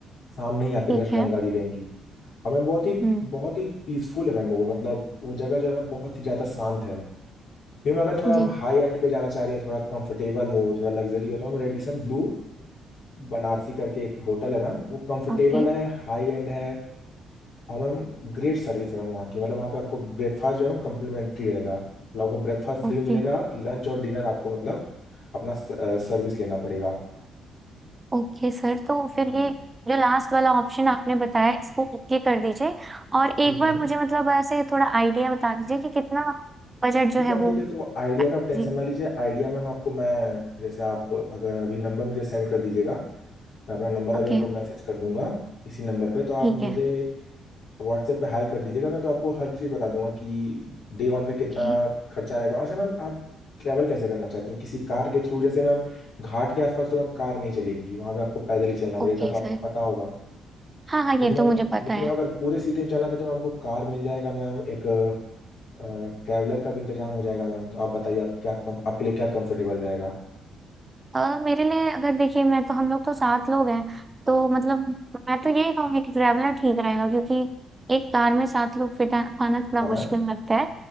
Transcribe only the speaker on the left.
सामने ही आपके
जस्ट गंगा
जी रहेंगी और मैम बहुत ही
बहुत ही पीसफुल है मैम वो मतलब वो जगह जो है मैम बहुत ही ज्यादा शांत है फिर अगर थोड़ा आप
हाई एंड पे जाना चाह रही हैं थोड़ा कंफर्टेबल हो थोड़ा लग्जरी हो तो मैम रेडिसन ब्लू बनारसी करके एक होटल है मैम वो कंफर्टेबल
है हाई एंड है और मैम ग्रेट सर्विस है मैम वहाँ की मतलब वहाँ पे आपको ब्रेकफास्ट जो है कम्प्लीमेंट्री रहेगा मतलब आपको ब्रेकफास्ट फ्री
मिलेगा लंच और डिनर आपको मतलब अपना सर्विस लेना पड़ेगा
हाँ मैम
ठीक
है मैम
ठीक है
मैम, ठीक
है तो आइडिया का आप टेंशन
ना लीजिए आइडिया मैम आपको मैं जैसे आप अगर अभी नंबर मुझे सेंड कर दीजिएगा मैं अपना नंबर अभी
आपको मैसेज कर दूंगा इसी नंबर पे तो आप
मुझे
व्हाट्सएप पे हाई कर दीजिएगा मैं तो आपको हर चीज़ बता दूंगा कि डे वन पे
कितना खर्चा आएगा अच्छा मैम आप ट्रैवल कैसे करना चाहती हैं किसी कार के थ्रू जैसे मैम घाट के आसपास तो मैम कार नहीं चलेगी वहां पे आपको पैदल ही चलना पड़ेगा
इतना तो आपको
पता होगा
लेकिन
मैम
लेकिन
मैम अगर पूरे सिटी में चलना चाहते हैं तो मैम आपको कार मिल जाएगा मैम एक ट्रैवलर का भी इंतजाम हो जाएगा मैम तो आप बताइए आप क्या कम, आपके लिए क्या कंफर्टेबल रहेगा
हाँ
मैम